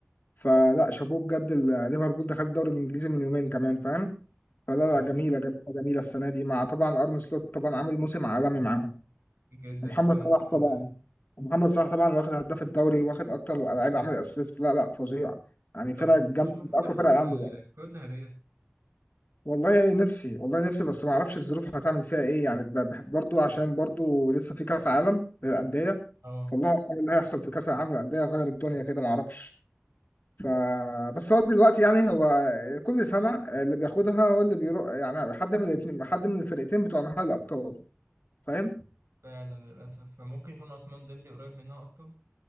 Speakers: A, on the left; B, on the right.
A: فلا شابوه بجد ال- ليفربول ده خد الدوري الانجليزي من يومين كمان فاهم فلا
B: اه
A: لا جميله جميله جميله السنه دي مع طبعا ارن سلوت طبعا عامل موسم عالمي معاهم
B: جدا
A: ومحمد
B: فعلا اتفق
A: صلاح طبعا
B: معاك
A: ومحمد صلاح طبعا واخد هداف الدوري واخد اكتر لعيب عامل اسيست لا لا فظيع يعني
B: طب
A: فرقه
B: بز-
A: جامده
B: مش المفروض
A: من اقوى
B: ياخد
A: فرقه
B: الكرة
A: عنده
B: الذهبية
A: والله نفسي والله نفسي بس ما اعرفش الظروف هتعمل فيها ايه يعني ب- بح- برضو عشان برضو لسه في كاس عالم للانديه
B: اه
A: فالله اعلم إيه اللي هيحصل في كاس العالم للانديه غير الدنيا كده ما اعرفش ف بس هو دلوقتي يعني هو كل سنه اللي بياخدها هو اللي بيروح يعني حد من الاتنين حد من الفرقتين بتوع نهائي الابطال فاهم
B: فعلا للاسف فممكن يكون عثمان ديمبلي قريب منها اصلا